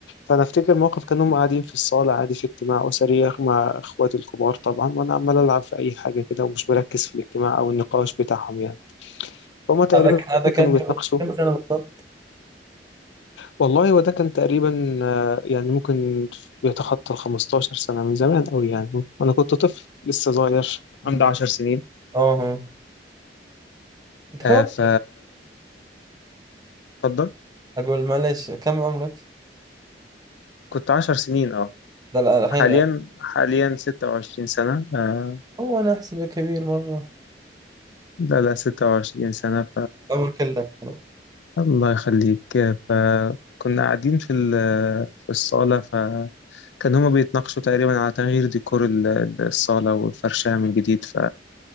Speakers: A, on the left; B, on the right.
A: فانا افتكر موقف كانوا هم قاعدين في الصاله عادي في اجتماع اسري مع اخواتي الكبار طبعا وانا عمال العب في اي حاجه كده ومش مركز في الاجتماع او النقاش بتاعهم يعني فهم تقريبا
B: هذا ك- هذا كان
A: كانوا بيتناقشوا
B: قبل كم سنة بالضبط؟
A: والله وده كان تقريبا آه، يعني ممكن بيتخطى ال 15 سنه من زمان قوي يعني انا كنت طفل لسه صغير
B: مم.
A: عندي 10 سنين
B: اه ها. انت كم
A: آه
B: عمرك؟
A: ف اتفضل
B: اقول معلش كم عمرك؟
A: كنت 10 سنين اه
B: لا لا الحين
A: حاليا حاليا 26 سنه آه
B: اوه انا احسبه كبير مرة
A: لا لا 26 سنه
B: عمر كله عمره.
A: الله يخليك فكنا قاعدين في ال- في الصالة فكان هما بيتناقشوا تقريبا على تغيير ديكور ال- الصالة والفرشها من جديد ف...